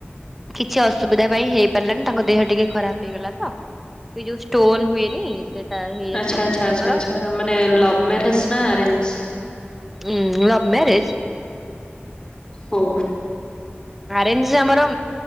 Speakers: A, in the centre; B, on the left (about 20°).
A: କିଛି ଅସୁବିଧା ପାଇଁ ହେଇ ପାରିଲାନି ତାଙ୍କ ଦେହ ଟିକେ ଖରାପ ହେଇଗଲା ତ। ସେଇ ଯୋଉ ଷ୍ଟୋନ ହୁଏନି ସେ ହେଇଯାଇଥିଲା
B: ଆଚ୍ଛା ଆଚ୍ଛା
A: ଦିଦିଙ୍କର
B: ଆଚ୍ଛା ଆଚ୍ଛା। ମାନେ ଲଭ ମ୍ୟାରେଜ ନା ଆରେଞ୍ଜ?
A: ଉଁ ଲଭ୍ ମ୍ୟାରେଜ୍।
B: ହଉ।
A: ଆରେଞ୍ଜ ରେ ଆମର